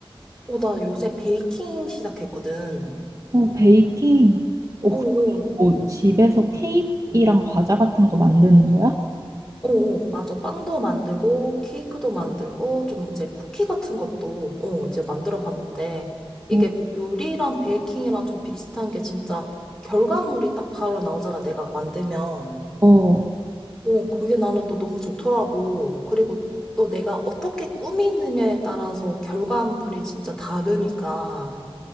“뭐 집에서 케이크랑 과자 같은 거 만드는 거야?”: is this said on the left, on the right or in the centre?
Right